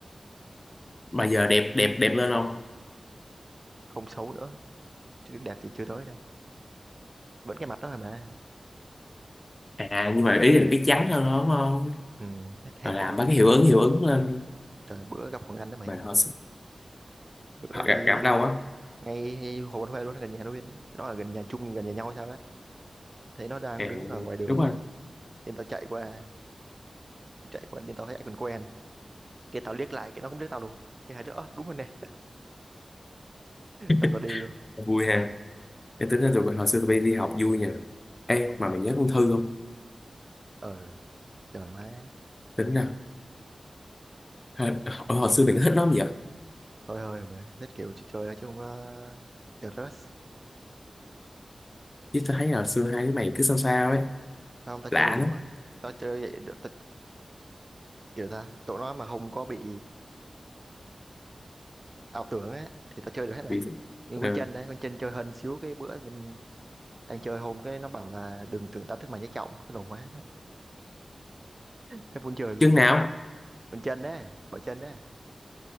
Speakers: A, on the left; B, on the right.
A: mà giờ đẹp đẹp đẹp lên không
B: không xấu nữa chứ đẹp thì chưa tới đâu vẫn cái mặt đó thôi mà
A: À nhưng mà ý là cái trắng hơn đó đúng không?
B: ừ, hết hết
A: Rồi làm
B: đen
A: mấy cái hiệu ứng hiệu ứng lên
B: trời bữa gặp Hoàng Anh đó mày
A: mà họ
B: bữa
A: họ
B: đi
A: gặp gặp đâu á.
B: ngay Hồ Văn Huê luôn gần nhà nó Nguyên ấy. nó là gần nhà chung nhưng gần nhà nhau hay sao á thấy nó đang
A: À,
B: đứng ở ngoài đường
A: đúng rồi.
B: nên tao chạy qua chạy qua nên tao thấy ai còn quen cái tao liếc lại cái nó cũng liếc tao luôn cái hai đứa "Ơ, đúng rồi nè
A: <laughs>
B: xong tao đi luôn
A: Vui ha. Em tính ra tụi mình hồi xưa tụi bay đi học vui nhỉ. Ê mà mày nhớ con Thư không?
B: ờ trời má
A: Tính nào. Hồi, hồi xưa mày có thích nó không vậy?
B: thôi thôi mẹ thích kiểu chơi chơi thôi chứ không có được rush
A: Chứ tao thấy là hồi xưa hai đứa mày cứ sao sao ấy.
B: không tao chơi
A: Lạ
B: đùa đùa
A: lắm.
B: tao chơi vậy được tao kiểu ta tụi nó mà không có bị ảo tưởng á thì tao chơi được hết mày
A: Vì,
B: như
A: ừ.
B: con chân đấy con chân chơi hên xíu cái bữa nhìn đang chơi hôm cái nó bảo là đừng tưởng tao thích mày nhé trọng cái lồn quá hết muốn chơi luôn
A: Chừng nào?
B: con chân đấy bởi chân đấy